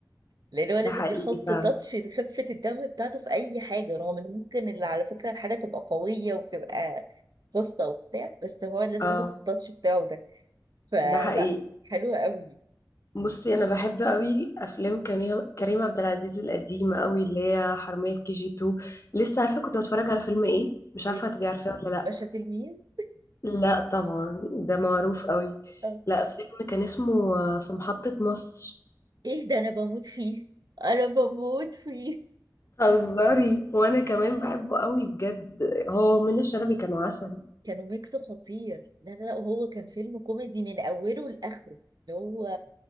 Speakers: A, on the right; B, on the left.
A: لان هو لازم
B: ده حقيقي
A: يحط
B: فعلا
A: تاتش لخفه الدم بتاعته في اي حاجه رغم ان ممكن اللي على فكره الحاجه تبقى قويه وبتبقى قصه وبتاع بس هو لازم
B: اه
A: يحط التاتش بتاعه ده فلا
B: ده حقيقي
A: حلوه قوي
B: بصي انا بحب قوي افلام كريم كريم عبد العزيز القديمه قوي اللي هي حرميه في كي جي 2 لسه عارفه كنت بتفرج على فيلم ايه مش
A: ايه
B: عارفه هتبقي عارفاه ولا لا
A: باشا تلميذ
B: لا طبعا ده معروف قوي
A: آه.
B: لا فيلم كان اسمه آه، في محطه مصر
A: ايه ده انا بموت فيه انا بموت فيه
B: هزاري وانا كمان بحبه قوي بجد هو منى شلبي كان عسل
A: كانوا ميكس خطير لا لا لا وهو كان فيلم كوميدي من اوله لاخره اللي هو